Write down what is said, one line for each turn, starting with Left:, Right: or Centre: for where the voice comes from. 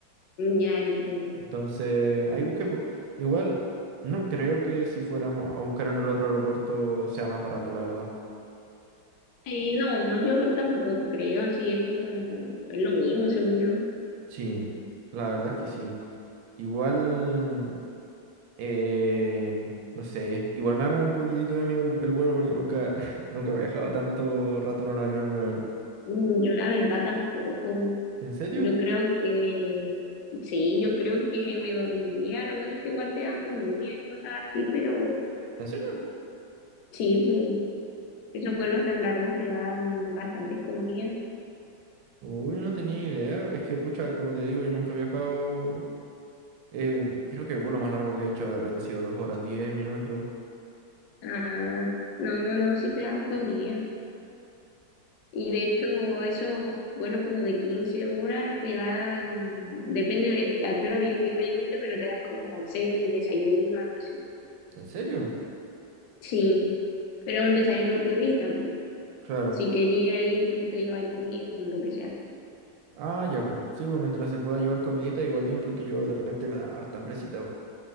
Left: Ya entiendo.
Right: Entonces, ahí busqué. pu- Igual, no creo que si fuéramos a buscar en el otro aeropuerto sea más barato, la verdad.
Left: Eh, no, yo tampoco creo, sí, es como, es lo mismo, según yo.
Right: Sí, la verdad es que sí. Igual, eh, no sé, igual me da como un poquitito de miedo el, el vuelo porque nunca, <laughs> nunca he viajado tanto rato en un avión, weón.
Left: Mm, Yo la verdad tampoco.
Right: ¿En serio?
Left: Yo creo que, sí, yo creo que me dormiría. Lo bueno es que igual te dan comida y cosas así, pero
Right: ¿En serio?
Left: sí, pues, esos vuelos tan largos te dan bastantes comidas.
Right: Uy, no tenía idea. Es que, pucha, como te digo, yo nunca he viajado Eh, creo que el vuelo más largo que he hecho han sido dos horas diez minutos.
Left: Ah, no, no, sí te dan comida. Y de hecho, esos vuelos como de 15 horas te dan, depende de a qué hora viajes obviamente, pero te dan como cena y desayuno, algo así.
Right: ¿En serio?
Left: Sí, pero un desayuno piolita, pues.
Right: Claro.
Left: Si quería ir, tú te llevas comida o lo que sea.
Right: Ah, ya, pues. Sí, pues mientras se pueda llevar comidita, igual bien, porque yo de repente me da harta hambrecita, weón.